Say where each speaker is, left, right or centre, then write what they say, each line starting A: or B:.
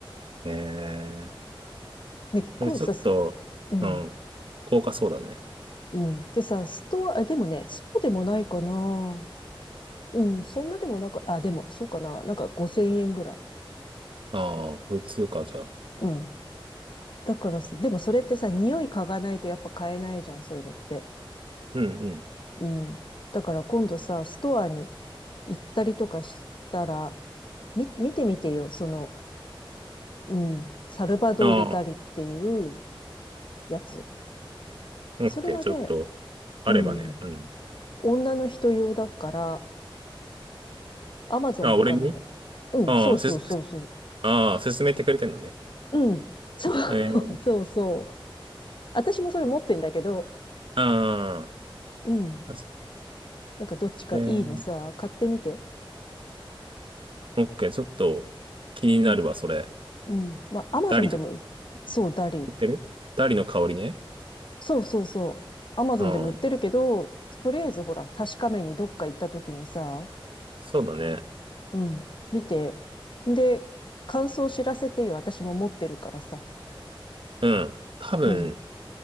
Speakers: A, on the right; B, on the left.
A: へえ。
B: ね、
A: それちょっと、
B: 今さ、うん、
A: うん。高価そうだね。
B: うん。でさ、ストア、でもね、そうでもないかな。うん、そんなでもなんか、あ、でも、そうかな。なんか5 0円ぐらい。
A: ああ、普通か、じゃあ。
B: うん。だからさ、でもそれってさ、匂い嗅がないとやっぱ買えないじゃん、そういうのって。
A: うんうん。
B: うん。だから今度さ、ストアに行ったりとかしたら、み、見てみてよ、その、うん、サルバドーレ・
A: ああ、
B: ダリっていうやつ。
A: オッケー。
B: それはね、
A: ちょっと、あればね。
B: うん、
A: うん。
B: 女の人用だから、アマゾンとかなら、
A: あ、俺に
B: うん、
A: ああ、
B: そうそうそうそ
A: せ、ああ、勧めてくれてんのね。
B: う。うん、そ
A: えー、
B: う、<laughs> そうそう。私もそれ持ってんだけど、
A: あ
B: うん、
A: あ、確
B: なんかどっちかいいのさ、
A: えー、
B: 買ってみて。
A: オッケー。ちょっと、気になるわ、それ。
B: うん。まあ、アマゾンでも、
A: ダリの、
B: そう、ダリ。
A: 言ってるダリの香りね。
B: そうそうそう。アマゾンでも売ってるけど、
A: うん。
B: とりあえずほら、確かめにどっか行った時にさ、
A: そうだね。
B: うん、見て。で、感想知らせてよ。私も持ってるからさ。
A: うん。多分、
B: うん。